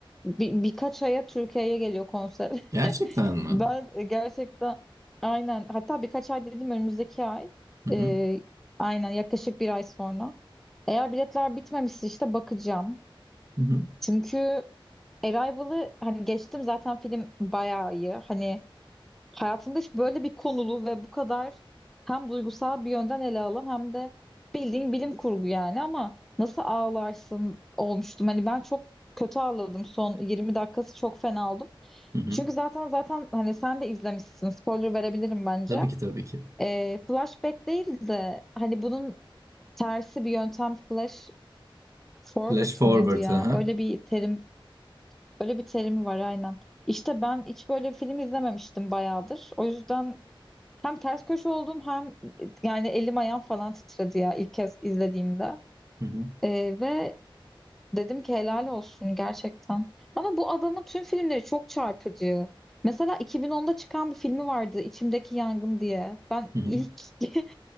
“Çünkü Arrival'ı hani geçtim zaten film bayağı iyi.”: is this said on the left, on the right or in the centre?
Centre